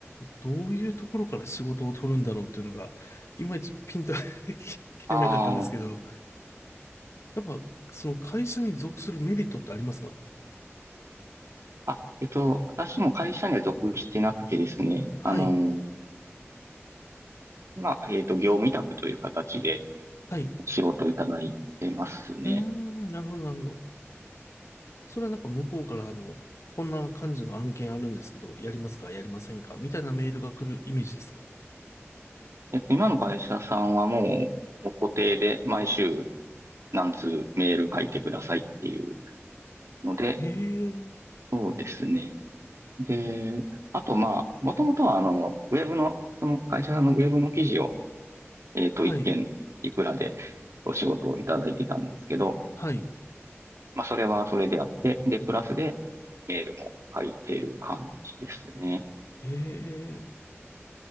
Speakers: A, on the left; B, on the right.
A: どういうところから仕事を取るんだろうっていうのが、いまいちピンと <laughs> き来てなかったんですけど、
B: ああ、
A: やっぱその会社に属するメリットってありますか
B: あ、えっと、私も会社には属してなくてですね、
A: はい。
B: あのー、まあ、えっと、業務委託という形で
A: はい。
B: 仕事をいただいてますね。
A: うーん、なるほど、なるほど。それはなんか向こうからあの、こんな感じの案件あるんですけど、やりますか、やりませんかみたいなメールが来るイメージですか
B: えっと、今の会社さんはもう、もう固定で毎週何通メール書いてくださいっていうので、
A: あ、ええ
B: そうですね。で、あと、まあ、もともとは、あの、ウェブの、その会社さんのウェブの記事を、えっと、
A: はい。
B: 一件いくらでお仕事をいただいてたんですけど、
A: はい。
B: まあ、それはそれであって、で、プラスで、メールも入ってる感じですね。
A: ええ。